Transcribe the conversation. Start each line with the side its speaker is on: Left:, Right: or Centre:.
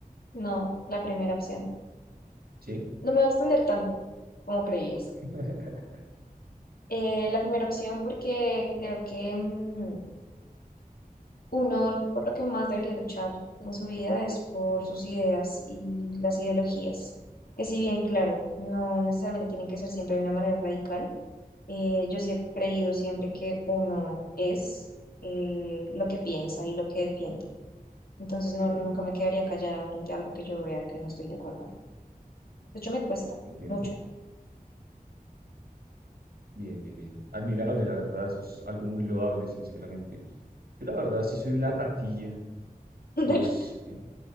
Left: No, la primera opción.
Right: ¿sí?
Left: No me va a extender tanto como creías.
Right: <laughs>
Left: Eh, la primera opción porque creo que mm, uno por lo que más debería luchar en su vida es por sus ideas y las ideologías. Que si bien, claro, no necesariamente tienen que ser siempre de una manera radical, eh, yo sí he creído siempre que uno es eh, lo que piensa y lo que defiende. Entonces no,
Right: Ok,
Left: nunca me quedaría callada frente a algo que yo vea que no estoy de acuerdo. De hecho, me cuesta
Right: entiendo.
Left: mucho.
Right: Bien, bien, bien. Admirable, la verdad, eso es algo muy loable, sinceramente. Yo la verdad, si soy una ratilla,
Left: <laughs>
Right: pues eh,